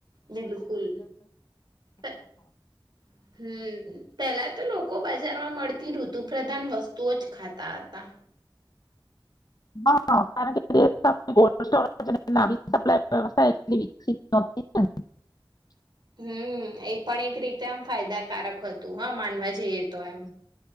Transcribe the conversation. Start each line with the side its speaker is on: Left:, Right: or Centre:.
Right: બિલકુલ <inaudible> હમ્મ પેલા તો લોકો બજારમાં મળતી ઋતુ પ્રધાન વસ્તુઓ જ ખાતા હતા.
Left: હહ કારણ કે <inaudible>
Right: હમ્મ, એ પણ એક રીતે આમ ફાયદાકારક હતું હહ માનવા જઈએ તો એમ.